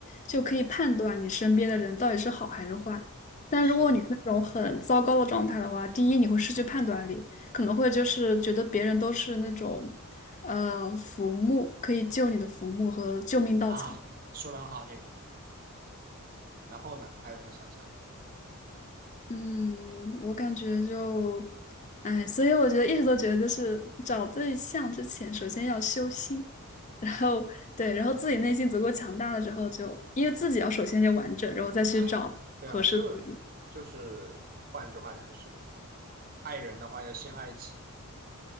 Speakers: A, on the left; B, on the right.
A: 就可以判断你身边的人到底是好还是坏。但如果你是那种很糟糕的状态的话，
B: 是的
A: 第一你会失去判断力，可能会就是觉得别人都是那种呃浮木，可以救你的浮木和救命稻草。
B: 啊，说得很好这一点。然后呢，还有什么想讲的
A: 嗯，我感觉就，哎，所以我觉得一直都觉得，就是找对象之前，首先要修心，然后对，然后自己内心足够强大了之后就，因为自己要首先先完整，然后再去找合适的人。
B: 哎，对啊，就就是换一句话讲是，爱人的话要先爱己。